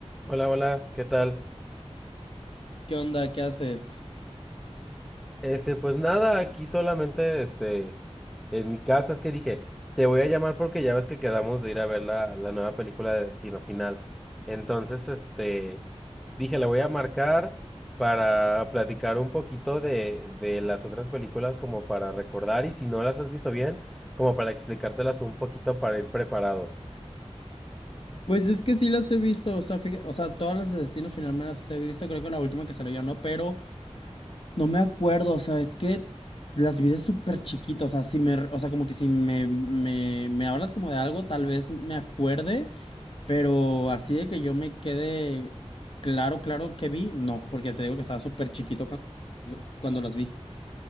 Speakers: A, in the centre; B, on the left (about 55°).
A: Hola, hola, ¿qué tal?
B: ¿Qué onda? ¿Qué haces?
A: Este, pues nada, aquí solamente, este, en mi casa es que dije, te voy a llamar porque ya ves que quedamos de ir a ver la, la nueva película de Destino Final. Entonces, este, dije, le voy a marcar para platicar un poquito de, de las otras películas como para recordar y si no las has visto bien, como para explicártelas un poquito para ir preparados.
B: Pues es que sí las he visto, o sea, fija- o sea, todas las de Destino Final me las he visto, creo que la última que salió ya no, pero no me acuerdo, o sea, es que las vi de súper chiquito, o sea, si me, o sea, como que si me, me, me hablas como de algo, tal vez me acuerde, pero así de que yo me quede claro, claro que vi, no, porque te digo que estaba súper chiquito cuando, cuando las vi.